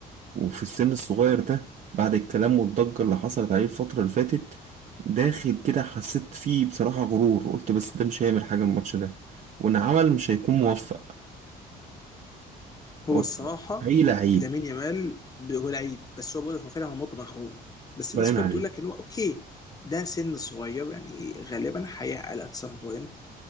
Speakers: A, on the right; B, on the left.
A: وفي السن الصغير ده بعد الكلام والضجة اللي حصلت عليه الفترة اللي فاتت داخل كده حسيت فيه بصراحة غرور قلت بس ده مش هيعمل حاجة الماتش ده وإن عمل مش هيكون موفق
B: هو
A: هو
B: الصراحه
A: حقيقي لعيب
B: لامين يامال ب- هو لعيب بس هو برضه هو فعلا هو موضوع مغرور بس
A: باين
B: الناس كلها
A: عليه
B: بتقول لك ان هو اوكي ده سن صغير يعني غالبا هيعقل at some point